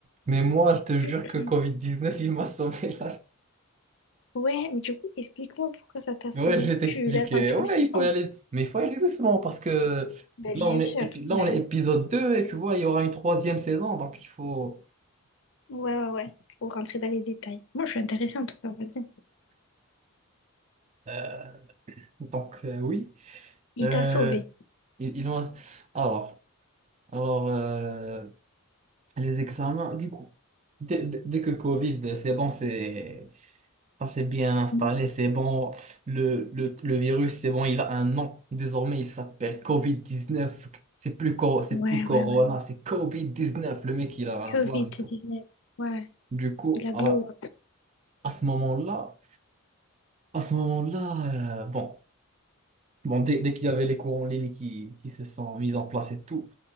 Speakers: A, on the right; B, on the left.
A: mais moi, je te jure
B: <clears throat>
A: que Covid-19, il m'a sauvé
B: Ouais, mais du coup, explique-moi pourquoi ça t'a
A: Ouais,
B: sauvé.
A: je vais t'expliquer.
B: Tu laisses un petit
A: Ouais,
B: peu de suspense.
A: il faut y aller, mais il faut y aller doucement parce que
B: Ben,
A: là,
B: bien
A: on est,
B: sûr,
A: épi- là,
B: ouais.
A: on est épisode 2 et tu vois, il y aura une troisième saison, donc il faut.
B: Ouais, ouais, ouais. Faut rentrer dans les détails. Moi, je suis intéressée en tout cas, vas-y.
A: euh, donc, euh, oui.
B: Il
A: Euh,
B: t'a sauvé.
A: il, il en- Alors, alors euh, Les examens, du coup, dès, dès- dès que Covid, c'est bon, c'est, ça s'est bien installé,
B: Mhm.
A: c'est bon, le, le, le virus, c'est bon, il a un nom. Désormais, il s'appelle Covid-19. C'est plus, cor- c'est
B: Ouais,
A: plus Corona,
B: ouais, ouais.
A: c'est Covid-19. Le mec, il a un
B: covid
A: blase et
B: dix-neuf.
A: tout.
B: Ouais.
A: Du coup,
B: Il a glow
A: à,
B: up.
A: à ce moment-là, à ce moment-là, euh, bon, bon, dès, dès qu'il y avait les cours en ligne qui, qui se sont mis en place et tout,